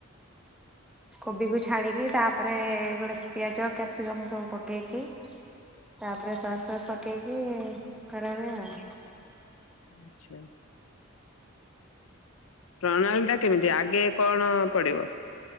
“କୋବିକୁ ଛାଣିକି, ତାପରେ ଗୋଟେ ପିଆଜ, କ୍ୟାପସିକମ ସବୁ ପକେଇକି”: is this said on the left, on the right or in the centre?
Centre